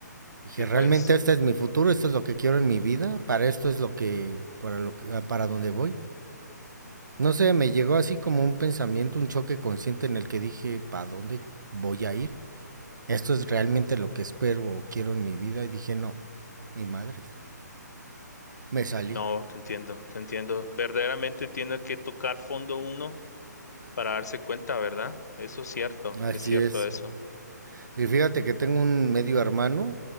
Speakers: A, on the right; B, on the left.
A: Dije,
B: Sí,
A: realmente
B: pues.
A: este es mi futuro, esto es lo que quiero en mi vida, para esto es lo que, para lo que- ah, para donde voy. No sé, me llegó así como un pensamiento, un choque consciente en el que dije, ¿para dónde voy a ir? Esto es realmente lo que espero o quiero en mi vida. Y dije, no, ni madres. Me salí.
B: No, te entiendo, te entiendo. Verdaderamente tiene que tocar fondo uno para darse cuenta, ¿verdad? Eso es cierto,
A: Así
B: es cierto
A: es.
B: eso.
A: Y fíjate que tengo un medio hermano